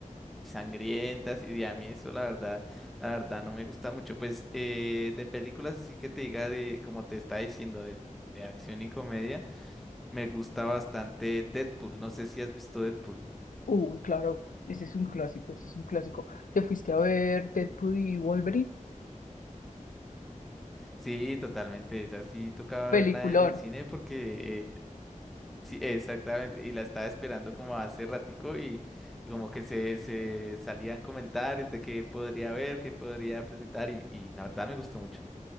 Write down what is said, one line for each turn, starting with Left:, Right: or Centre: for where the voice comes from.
Centre: sangrientas y a mí eso la verdad, la verdad no me gusta mucho. Pues eh, de películas así que te diga de, como te está diciendo, de, de acción y comedia, me gusta bastante Deadpool. No sé si has visto Deadpool.
Left: Uy, claro, ese es un clásico, ese es un clásico. ¿Te fuiste a ver Deadpool y Wolverine?
Centre: Sí, totalmente, esa sí tocaba
Left: Peliculón.
Centre: verla en el cine porque eh, Sí, exactamente, y la estaba esperando como hace ratico y, y como que se, se salían comentarios de qué podría ver, qué podría presentar y, y la verdad me gustó mucho.